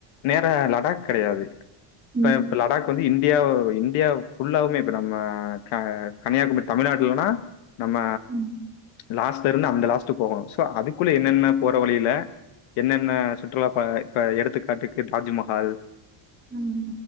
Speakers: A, on the left (about 70°); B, on the right (about 20°).
A: நேரா லடாக் கெடயாது
B: ம்,
A: ப லடாக் வந்து இந்தியா இந்தியா புல்லாவுமே இப்ப நம்ம கன்னியாகுமரி தமிழ்நாட்லன்னா நம்ம
B: உம்
A: லாஸ்ட்ல இருந்து அந்த லாஸ்டு போகணு சோ அதுக்குள்ள என்னென்ன போற வழியில என்னென்ன சுற்றுலா ப இப்ப எடுத்துக்காட்டுக்கு தாஜ்மஹால்
B: உம்